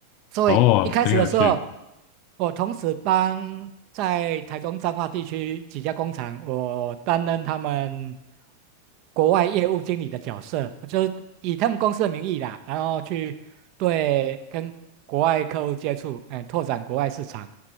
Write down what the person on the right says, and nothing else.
所以一开始的时候，
我同时帮在台中彰化地区几家工厂，我担任他们国外业务经理的角色，我就是以他们公司的名义啦，然后去对跟国外客户接触，哎，拓展国外市场。